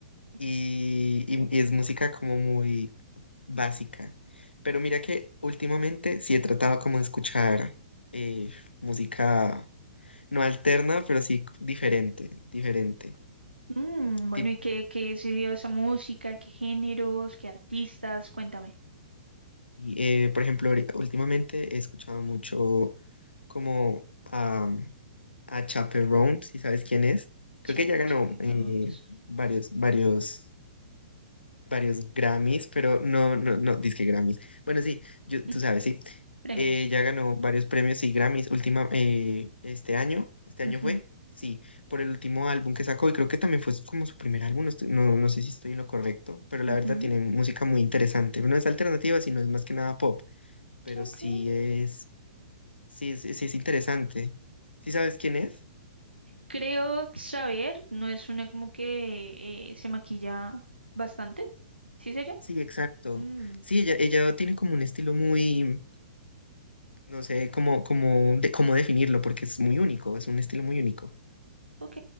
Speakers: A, on the right; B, on the left.
A: ujú.
B: y, y- y es música como muy básica. Pero mira que últimamente sí he tratado como de escuchar eh, música no alterna, pero sí diferente, diferente.
A: Mm, bueno,
B: Tipo,
A: ¿y qué, qué es esa música? ¿Qué géneros? ¿Qué artistas? Cuéntame.
B: y, eh, por ejemplo, ahori- últimamente he escuchado mucho como a, a Chappell Roan, si sabes quién es. Creo
A: Chape,
B: que ya ganó
A: chape, Brahms.
B: eh, varios, varios. varios Grammys, pero no,
A: Ujú.
B: no, no, dizque Grammys. Bueno, sí, yo,
A: Ujú.
B: tú sabes, sí.
A: Premios.
B: Eh, ya ganó varios premios y Grammys última, eh, este año, este
A: Ujú,
B: año fue, sí, por el último álbum que sacó y creo que también fue como su primer álbum, no, estoy- no, no sé si estoy en lo correcto, pero
A: ujú.
B: la verdad tiene música muy interesante. No es alternativa, sino es más que nada pop, pero
A: Ok.
B: sí es, sí es, sí es interesante. ¿Sí sabes quién es?
A: Creo saber, no es una como que eh, se maquilla bastante. ¿Sí es ella?
B: Sí, exacto.
A: Mm,
B: Sí, ella, ella tiene como un estilo muy, No sé cómo, cómo, de, cómo definirlo, porque es muy único, es un estilo muy único.
A: ok,